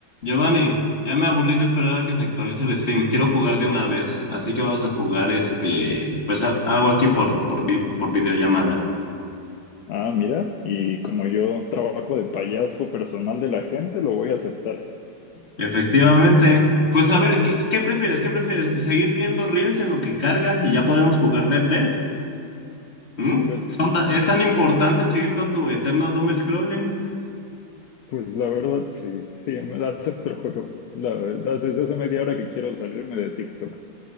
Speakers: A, on the left; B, on the left.
A: Giovanni, ya me aburrí de esperar a que se actualice el Steam. Quiero jugar de una vez, así que vamos a jugar este, pues a- algo aquí por, por, vi- por videollamada.
B: Ah, mira, y como yo trabajo de payaso personal de la gente, lo voy a aceptar.
A: Efectivamente. Pues a ver, ¿qué, qué prefieres? ¿Qué prefieres? ¿Seguir viendo Reels en lo que carga y ya podemos jugar Red Dead? ¿Mm?
B: Pues,
A: ¿Son ta- ¿es
B: mm,
A: tan importante seguir con tu eterno doom scrolling?
B: pues la verdad, sí, sí, me la acepto el juego. La verdad, desde hace media hora que quiero salirme de TikTok.